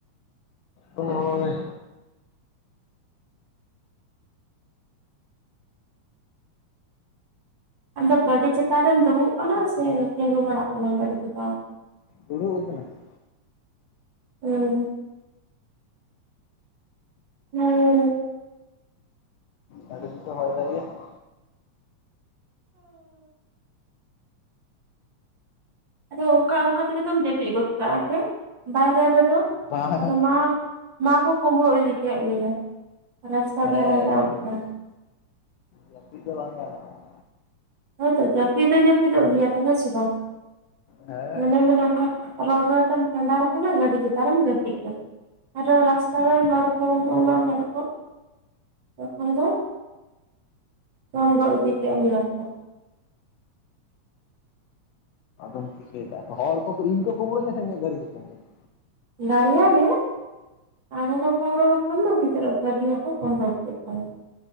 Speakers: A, on the left; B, on the right.
A: ᱦᱳᱭ
B: ᱟᱢᱫᱚ ᱜᱟᱹᱰᱤ ᱪᱮᱛᱟᱱ ᱨᱮᱢ ᱫᱩᱲᱩᱵ ᱠᱟᱱᱟ ᱥᱮ ᱛᱤᱸᱜᱩ ᱵᱟᱲᱟᱜ ᱠᱟᱱᱟᱢ ᱜᱟᱹᱰᱤ ᱪᱮᱛᱟᱱ ᱨᱮ?
A: ᱫᱩᱲᱩᱵ ᱟᱠᱟᱱᱟ. ᱧ ᱾
B: ᱚ ᱦᱩᱸ
A: ᱟᱹᱰᱤᱚ <unintelligible> ᱦᱚᱭ ᱫᱟᱭ ᱭᱟ
B: ᱟᱫᱚ ᱚᱱᱠᱟ ᱚᱱᱠᱟ ᱛᱮᱜᱮ ᱛᱚᱢ ᱡᱟᱹᱯᱤᱫ ᱜᱚᱫ ᱠᱟᱜᱼᱟ ᱦᱮ ᱵᱟᱭᱨᱮ ᱨᱮᱫᱚ
A: ᱵᱟᱝ
B: ᱟᱫᱚ ᱢᱟᱼᱼ ᱢᱟ ᱠᱚ ᱠᱩᱢᱵᱽᱲᱩ ᱤᱫᱤ ᱠᱮᱫ ᱢᱮᱭᱟ ᱨᱟᱥᱛᱟ
A: ᱦᱮᱸ
B: ᱫᱷᱟᱨᱮ ᱫᱚ
A: ᱡᱟᱹᱯᱤᱫ
B: ᱚᱱᱠᱟᱼᱼ
A: ᱫᱟᱭ᱾ ᱡᱟᱹᱯᱤᱫ ᱫᱚ ᱵᱟᱝ ᱜᱟᱱᱚᱜᱼᱟ ᱾
B: ᱦᱳᱭᱛᱚ ᱡᱟᱹᱯᱤᱫ ᱫᱚ ᱡᱟᱹᱯᱤᱫᱚᱜ ᱜᱮᱭᱟ ᱛᱚ ᱦᱮᱸ ᱥᱮ ᱵᱟᱝ
A: ᱦᱮᱸ
B: ᱢᱚᱱᱮ ᱢᱚᱱᱮ ᱱᱚᱝᱠᱟ᱾ ᱨᱚᱲ ᱨᱚᱲ ᱛᱮᱢ ᱴᱮᱸᱰᱟᱨ ᱟᱠᱟᱱᱟ ᱜᱟᱹᱰᱤ ᱪᱮᱛᱟᱱ ᱨᱮᱢ ᱡᱟᱹᱯᱤᱫ ᱠᱮᱫᱟ᱾ ᱟᱨᱚ ᱨᱟᱥᱛᱟ ᱨᱮᱱ ᱦᱚᱲ ᱠᱚ <unintelligible> ᱦᱚᱲ ᱠᱚ᱾ ᱛᱚᱠᱷᱚᱱ ᱫᱚ ᱛᱮᱱᱜᱚᱡ ᱤᱫᱤ ᱠᱮᱫ ᱢᱮᱭᱟ ᱠᱚ᱾
A: ᱚᱢ ᱪᱤᱠᱟᱹᱭᱮᱫᱟ ᱦᱚᱲ ᱠᱚ ᱤᱧ ᱠᱚ ᱠᱩᱢᱲᱩᱧᱟ ᱥᱮ ᱤᱟᱹᱜ ᱜᱟᱹᱲᱤ ᱠᱚ ᱠᱩᱢᱲᱩᱧᱟ᱾
B: ᱫᱟᱨᱭᱟ ᱜᱮ᱾ <unintelligible>